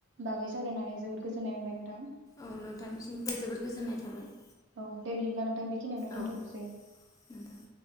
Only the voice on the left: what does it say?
औ नोंथांनिसिमबो जोबोर गोजोननाय थाबाय
औ नोंथां।